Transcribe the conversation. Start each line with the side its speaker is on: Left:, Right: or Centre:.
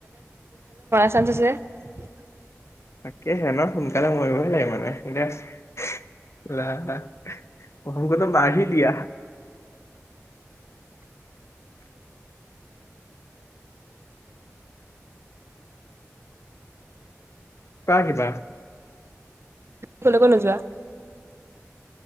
Right: <unintelligible>
Left: তাকেহে ইমান সোনকালে মৰিবই লাগে মানে দে ওলা আ। অ, হামকতো মাৰহি দিয়া। পাগিবা
Right: কলে ক নো যোৱা